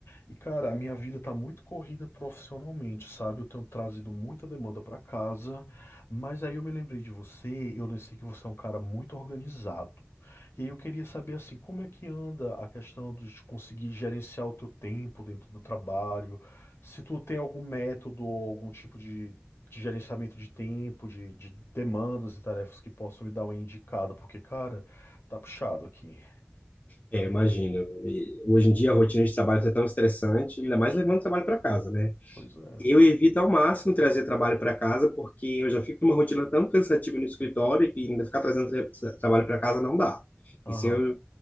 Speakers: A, on the left (about 80°); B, on the left (about 40°).
A: E, cara, a minha vida tá muito corrida profissionalmente, sabe? Eu tenho trazido muita demanda pra casa, mas aí eu me lembrei de você, eu sei que você é um cara muito organizado. E aí eu queria saber, assim, como é que anda a questão de conseguir gerenciar o teu tempo dentro do trabalho, se tu tem algum método ou algum tipo de, de gerenciamento de tempo, de, de demandas e tarefas que possam me dar uma indicada, porque, cara, tá puxado aqui.
B: É, imagino. E hoje em dia a rotina de trabalho é tão estressante, ainda mais levando trabalho para casa, né?
A: Pois é.
B: Eu evito ao máximo trazer trabalho para casa, porque eu já fico numa rotina tão cansativa no escritório que ainda ficar trazendo tra- trabalho para casa não dá.
A: Aham,
B: Isso, eu,